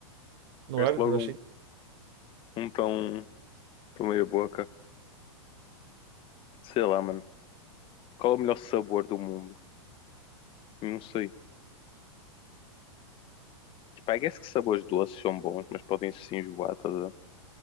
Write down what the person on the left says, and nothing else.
Gaste
logo
um, um tão, tão meia boca. Sei lá, mano. Qual é o melhor sabor do mundo? Não sei. Tipo, I guess que sabores doces são bons, mas podem se enjoar, estás a ver?